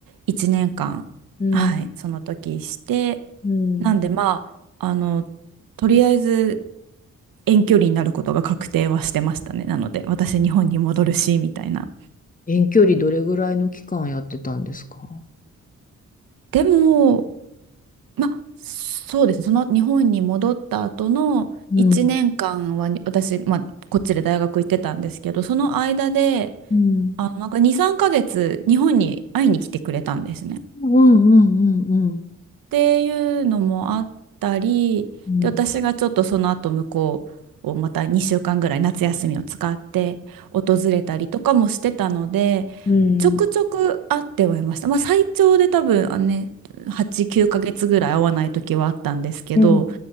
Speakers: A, on the right; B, on the left.
A: 1年間はいその時して
B: うん、うん。
A: なんでまああのとりあえず遠距離になることが確定はしてましたねなので私日本に戻るしみたいな。
B: 遠距離どれぐらいの期間やってたんですか
A: でもまあ、そうですね。その日本に戻った後の1年間はに私、
B: うん、
A: まあ、こっちで大学行ってたんですけど、その間で、
B: うん、
A: あの、なんか2、3ヶ月日本に会いに来てくれたんですね。っ
B: うん、うん、うん、うん、
A: ていうのもあったり、
B: うん、
A: で、私がちょっとその後向こうをまた2週間ぐらい夏休みを使って訪れたりとかもしてたので、
B: うん、
A: ちょくちょく会ってはいました。まあ、最長で多分、あのね、8、9ヶ月ぐらい会わない時はあったんですけど、
B: うん。